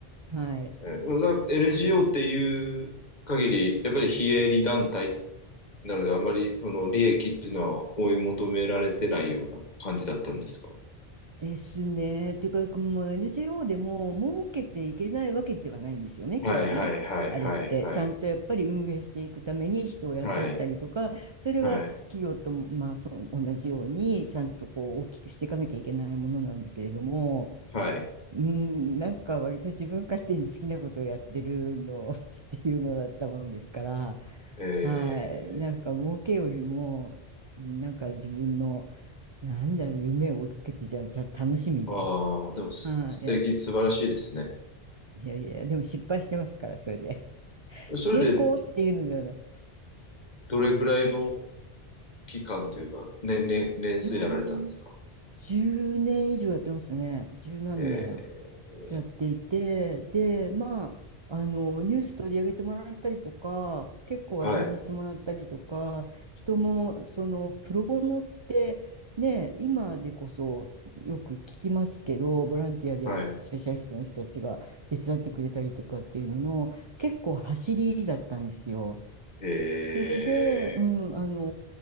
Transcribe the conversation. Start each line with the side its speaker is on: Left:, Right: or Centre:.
Right: はい。
Left: えーだ NGO
Right: うん
Left: っていう限り、やっぱり非営利団体なので、あまりその利益っていうのは追い求められてないような感じだったんですか
Right: ですね。というか、もう NGO でも儲けていけないわけではないんですよね、
Left: はいはいはいはいはい
Right: 基本ね。あれって、ちゃんとやっぱり運営していくために人を雇ったりとか、
Left: はい
Right: それは企業と、
Left: はい
Right: まあ、そう同じように、ちゃんとこう大きくしていかなきゃいけないものなんだけれども、
Left: はい
Right: うん、なんか割と自分勝手に好きなことをやってるの <laughs> っていうのだったもんですから、
Left: え
Right: はい、なんか儲けよりも、なんか自分の、なんだろう、夢を追いかけてじゃなくて、た楽しみで、
Left: ー、ああでもす素敵素晴らしいですね
Right: はい、いや、いやいや、でも失敗してますから、それで。<laughs>
Left: それで
Right: 成功っていうのではない。
Left: どれぐらいの期間というか年、年、年数やられたんですか
Right: いやー、10年以上やってましたね。十何年。
Left: え
Right: やっていて、で、まあ、あの、ニュース取り上げてもらったりとか、結構話題にしてもらったりとか、
Left: ー、はい、
Right: 人も、その、プロボノって、ね、今でこそよく聞きますけど、ボランティアでスペシャリストの人たちが手伝ってくれたりとかっていうのの、
Left: はい、
Right: 結構走りだったんですよ。
Left: え
Right: それで、うん、あの、